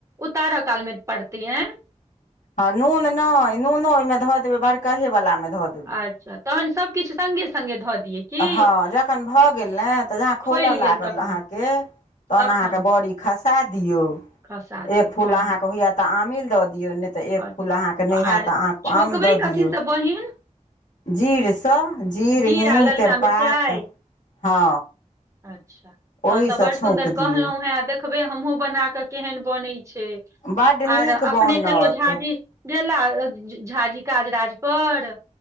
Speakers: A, on the right; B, on the left.
A: उतारा काल मे पड़ते एं।
B: हँ नून नय नूनो ओयमे धऽ देबै बड़कहे वलामे धऽ देबै।
A: अच्छा तहन सभ किछ संगे-संगे धऽ दियै। की
B: हँ जखन भऽ गेल ने तऽ जहाँ खोउलऽ
A: खोलि
B: लागल
A: गेल तखन
B: अहाँके तहन
A: तखन
B: अहाँकेँ बऽड़ी खसा दियौ
A: खसा दियौ
B: एक फूल
A: तहन
B: अहाँकेँ होइये त आमील दऽ दियौ नै त एक
A: अच्छा
B: फूल अहाँके नै हैत
A: आर
B: त अहाँ आ
A: छौकबै
B: आम द
A: कथीसँ
B: दियौ।
A: बहिन।
B: जीरसँ जीर
A: जीरा
B: हींग
A: ललका
B: तेजपात
A: मिरचाइ
B: हँ।
A: अच्छा अहाँ
B: ओहीसँ
A: त बड़ सुन्दर
B: छौँक
A: कहलौं
B: दियौ
A: हेँ देख बय हमहु बना क केहन बनै छैय
B: बड्ड नीक
A: आर अपने
B: बनत
A: कहियो झाजी गेला अ झा झाजी काज राज पर।